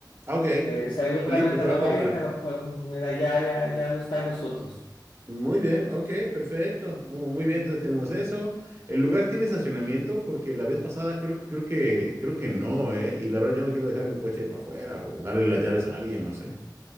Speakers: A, on the right; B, on the left.
A: Ah, ok,
B: eh, seguramente
A: solito se va
B: no
A: a cortar.
B: va a ir, pero pues mira, ya, ya, ya no está en nosotros.
A: Muy bien, ok, perfecto. Mu- Muy, bien, entonces tenemos eso. ¿El lugar tiene estacionamiento? Porque la vez pasada creo, creo que, creo que no, ¿eh? Y la verdad yo no quiero dejar mi coche para afuera o darle las llaves a alguien, no sé.